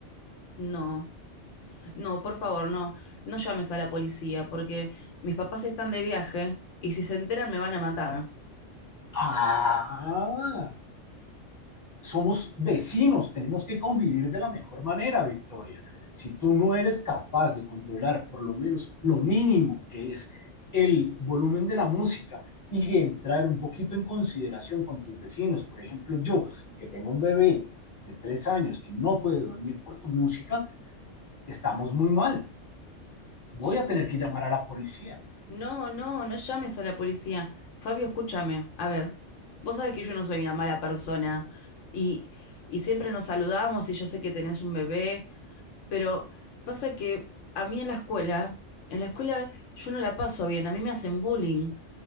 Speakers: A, on the left; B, on the left.
A: No. No, por favor, no, no llames a la policía porque mis papás están de viaje y si se enteran me van a matar.
B: Ah, somos vecinos, tenemos que convivir de la mejor manera, Victoria. Si tú no eres capaz de controlar por lo menos lo mínimo que es el volumen de la música y entrar un poquito en consideración con tus vecinos, por ejemplo, yo que tengo un bebé de tres años que no puede dormir por tu música, estamos muy mal. Voy
A: Ya
B: a
A: sé.
B: tener que llamar a la policía.
A: No, no, no llames a la policía. Fabio, escúchame. A ver, vos sabés que yo no soy una mala persona y, y siempre nos saludamos y yo sé que tenés un bebé, pero pasa que a mí en la escuela, en la escuela yo no la paso bien, a mí me hacen bullying.